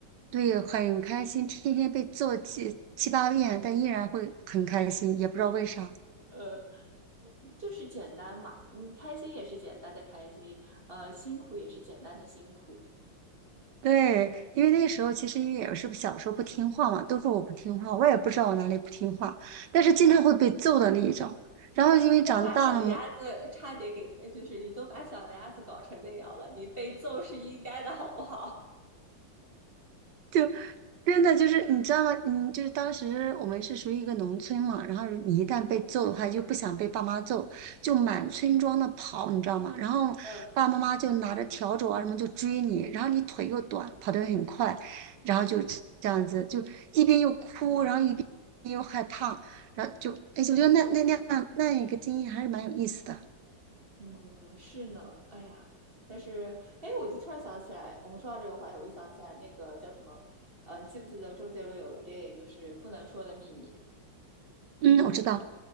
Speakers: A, on the right (about 70°); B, on the right (about 30°).
A: 对，很开心。天天被揍七七八遍，但依然会很开心，也不知道为啥。
B: 呃，就是简单嘛，你开心也是简单的开心，呃，辛苦也是简单的辛苦。
A: 对，因为那个时候其实因为也是小时候不听话嘛，都说我不听话，我也不知道我哪里不听话，但是经常会被揍的那一种。然后因为长大了嘛。
B: 你都把小鸭子差点给，呃就是你都把小鸭子搞成那样了，你被揍是应该的，好不好？
A: 就。真的就是你知道吗？嗯，就是当时我们是属于一个农村嘛，然后你一旦被揍的话，就不想被爸妈揍，就满村庄的跑，你知道吗？然后爸爸妈妈就拿着笤帚啊什么就追你，
B: <laughs> 嗯
A: 然后你腿又短，跑得很快，然后就这样子，就一边又哭，然后一边又害怕，然后就，哎，我觉得那那那样那一个经历还是蛮有意思的。
B: 嗯，是呢，哎呀，但是，哎，我就突然想起来，我们说到这个话题，我就想起来那个叫什么，嗯、你记不记得周杰伦有个电影就是《不能说的秘密》？
A: 嗯，我知道，